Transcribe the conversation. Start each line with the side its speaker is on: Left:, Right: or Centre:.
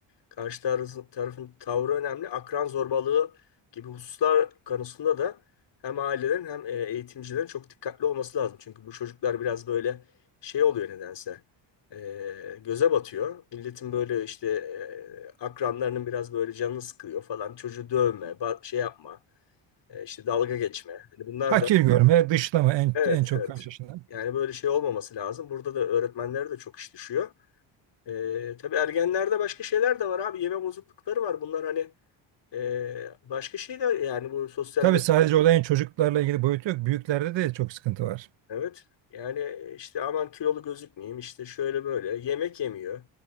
Left: Karşı tarafın, tarafın tavrı önemli. Akran zorbalığı gibi hususlar konusunda da hem ailelerin hem e, eğitimcilerin çok dikkatli olması lazım. Çünkü bu çocuklar biraz böyle şey oluyor nedense. E, göze batıyor. Milletin böyle işte e, akranlarının biraz böyle canını sıkıyor falan. Çocuğu dövme, ba- şey yapma, e, işte dalga geçme. Hani bunlar
Right: Hakir
Left: da
Right: görme, dışlama en,
Left: evet
Right: en çok
Left: evet.
Right: karşılaşılan.
Left: Yani böyle şey olmaması lazım. Burada da öğretmenlere de çok iş düşüyor. Ee, tabii ergenlerde başka şeyler de var abi. Yeme bozuklukları var. Bunlar hani e, başka şeyler yani bu sosyal
Right: Tabii
Left: medya.
Right: sadece olayın çocuklarla ilgili boyutu yok. Büyüklerde de çok sıkıntı var.
Left: Evet. Yani işte aman kilolu gözükmeyeyim işte şöyle böyle. Yemek yemiyor.